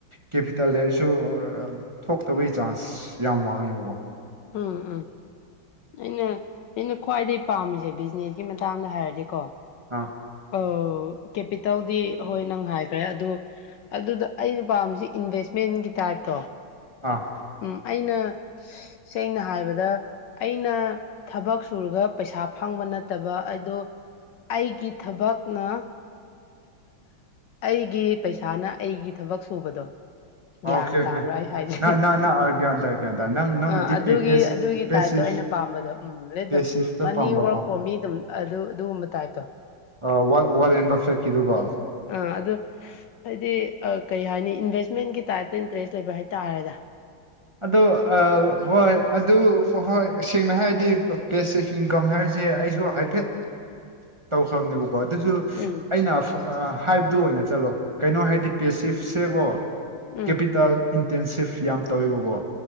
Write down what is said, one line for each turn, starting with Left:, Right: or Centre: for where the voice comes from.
Right: ꯀꯦꯄꯤꯇꯦꯜ ꯂꯩꯔꯁꯨ ꯑ ꯊꯣꯛꯇꯕꯩ ꯆꯥꯟꯁ ꯌꯥꯝ ꯋꯥꯡꯉꯦꯕꯀꯣ ꯫
Left: ꯎꯝ ꯎꯝ ꯑꯩꯅ ꯑꯩꯅ ꯈ꯭ꯋꯥꯏꯗꯩ ꯄꯥꯝꯃꯤꯁꯦ ꯕꯤꯖꯤꯅꯦꯁꯀꯤ ꯃꯇꯥꯡꯗ ꯍꯥꯏꯔꯗꯤꯀꯣ
Right: ꯑꯥ
Left: ꯑꯥ ꯀꯦꯄꯤ ꯇꯧꯗꯤ ꯍꯣꯏ ꯅꯪ ꯍꯥꯏꯈ꯭ꯔꯦ ꯑꯗꯨ ꯑꯗꯨꯗ ꯑꯩꯅ ꯄꯥꯝꯃꯤꯁꯦ ꯏꯟꯚꯦꯁꯃꯦꯟꯒꯤ ꯇꯥꯏꯞꯇꯣ
Right: ꯑꯥ
Left: ꯎꯝ ꯑꯩꯅ ꯁꯦꯡꯅ ꯍꯥꯏꯕꯗ ꯑꯩꯅ ꯊꯕꯛ ꯁꯨꯔꯒ ꯄꯩꯁꯥ ꯐꯪꯕ ꯅꯠꯇꯕ ꯑꯗꯣ ꯑꯩꯒꯤ ꯊꯕꯛꯅ ꯑꯩꯒꯤ ꯄꯩꯁꯥꯅ ꯑꯩꯒꯤ ꯊꯕꯛ ꯁꯨꯕꯗꯣ ꯫ ꯒ꯭ꯌꯥꯟ
Right: ꯑꯣꯀꯦ ꯑꯣꯀꯦ
Left: ꯇꯥꯕ꯭ꯔꯥ ꯑꯩ ꯍꯥꯏꯖꯦ
Right: ꯅꯪ ꯅꯪ ꯅꯪ ꯒ꯭ꯌꯥꯟ ꯇꯥꯏ ꯒ꯭ꯌꯥꯟ ꯇꯥꯏ ꯅꯪ ꯅꯪꯅꯗꯤ
Left: ꯑꯥ ꯑꯗꯨꯒꯤ ꯑꯗꯨꯒꯤ
Right: ꯄꯦꯁꯤꯐ
Left: ꯇꯥꯏꯞꯇꯣ ꯑꯩꯅ ꯄꯥꯝꯕꯗꯣ ꯎꯝ ꯂꯦꯠ
Right: ꯄꯦꯁꯤꯐꯇ
Left: ꯗ ꯃꯅꯤ
Right: ꯄꯥꯝꯕꯀꯣ
Left: ꯋꯥꯔꯛ ꯐꯣꯔ ꯃꯤ ꯗꯨꯝ ꯑꯗꯨ ꯑꯗꯨꯒꯨꯝꯕ ꯇꯥꯏꯞꯇꯣ ꯫
Right: ꯑꯥ ꯋꯥ ꯋꯥꯔꯦꯟ ꯕꯐꯦꯠꯀꯤꯗꯨꯀꯣ ꯫
Left: ꯑ ꯑꯗꯨ ꯑꯩꯗꯤ ꯑꯥ ꯀꯩ ꯍꯥꯏꯅꯤ ꯏꯟꯚꯦꯁꯃꯦꯟꯒꯤ ꯇꯥꯏꯞꯇ ꯏꯟꯇꯔꯦꯁ ꯂꯩꯕ ꯍꯥꯏꯇꯥꯔꯦꯗ ꯫
Right: ꯑꯗꯣ ꯑꯥ ꯍꯣꯏ ꯑꯗꯨ ꯍꯣꯏ ꯁꯦꯡꯅ ꯍꯥꯏꯔꯗꯤ ꯄꯦꯁꯤꯚ ꯏꯟꯀꯝ ꯍꯥꯏꯔꯤꯁꯦ ꯑꯩꯁꯨ ꯍꯥꯏꯐꯦꯠ ꯇꯧꯈ꯭ꯔꯝꯅꯦꯕꯀꯣ ꯑꯗꯨꯁꯨ
Left: ꯎꯝ
Right: ꯑꯩꯅ ꯑꯥ ꯍꯥꯏꯕꯗꯨ ꯑꯣꯏꯅ ꯆꯠꯂꯣ ꯀꯩꯅꯣ ꯍꯥꯏꯗꯤ ꯄꯦꯁꯤꯐꯁꯦꯀꯣ
Left: ꯎꯝ
Right: ꯀꯦꯄꯤꯇꯦꯜ ꯏꯟꯇꯦꯟꯁꯤꯐ ꯌꯥꯝ ꯇꯧꯋꯦꯕꯀꯣ